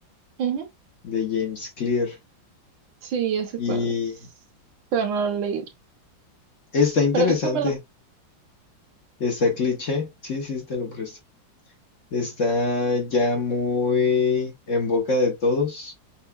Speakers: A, on the right (about 75°); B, on the left (about 50°).
A: Ujú.
B: de James Clear.
A: Sí, ya sé
B: Y
A: cuál es, pero no lo leí.
B: está interesante,
A: Préstamelo.
B: está cliché, sí, sí, te lo presto. Está ya muy en boca de todos,